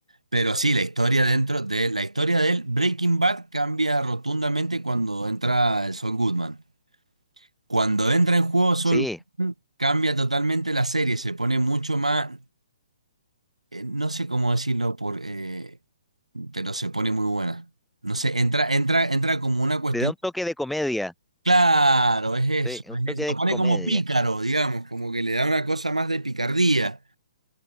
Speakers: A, on the right; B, in the centre.
A: Pero sí, la historia dentro de la historia del Breaking Bad cambia rotundamente cuando entra el Saul Goodman. Cuando entra en juego Saul
B: sí.
A: Goodman, cambia totalmente la serie, se pone mucho más, eh, no sé cómo decirlo por, eh, pero se pone muy buena. No sé, entra, entra, entra como una cuestión
B: Le da un toque de comedia.
A: Claro, es eso,
B: Sí, un toque
A: es eso.
B: de
A: Lo pone
B: comedia.
A: como pícaro, digamos, como que le da una cosa más de picardía.